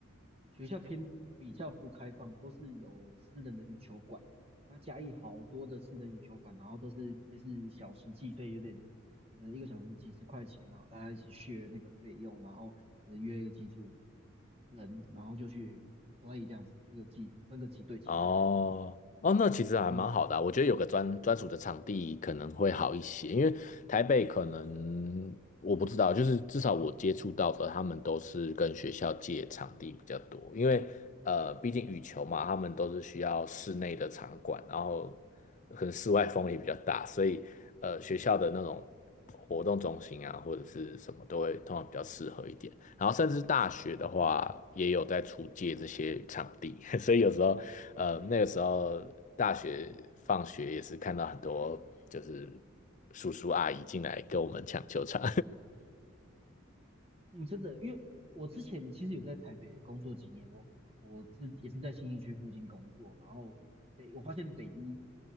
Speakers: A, on the right; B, on the left.
A: 学校偏比较不开放，都是有私人的羽球馆。那嘉义好多的私人羽球馆，然后都是类是小时计费，有点可能一个小时几十块钱，然后大家一起 s 那个费用，然后可能约一个几组人，然后就去 play 这样子，一个几分个几队几队这样。
B: 哦哦，那其实还蛮好的啊我觉得有个专专属的场地可能会好一些，
A: 嗯
B: 因为台北可能我不知道，就是至少我接触到的，他们都是跟学校借场地比较多，因为呃，毕竟羽球嘛，他们都是需要室内的场馆，然后可能室外风也比较大，所以呃，学校的那种。活动中心啊，或者是什么都会通常比较适合一点。然后甚至大学的话，也有在出借这些场地，<laughs> 所以有时候，呃，那个时候大学放学也是看到很多就是叔叔阿姨进来跟我们抢球场。
A: 嗯，真的，因为我之前其实有在台北工作几年，我我自也是在新义区附近工作，然后北我发现北一